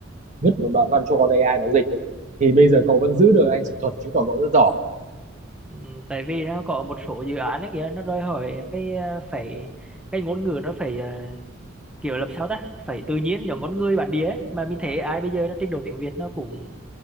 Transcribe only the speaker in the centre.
ừ, tại vì nó có một số dự án ấy kìa nó đòi hỏi cái à, phải cái ngôn ngữ nó phải ờ, kiểu làm sao ta phải tự nhiên giống con người bản địa ấy. mà mình thấy ai bây giờ nó trình độ tiếng Việt nó cũng